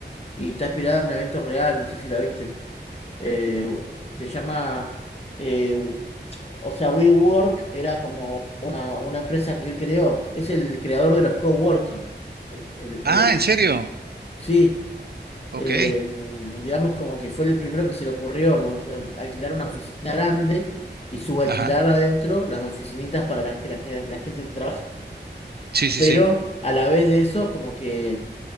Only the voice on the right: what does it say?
Ah,
¿en serio?
Ok,
ajá,
sí, sí,
sí,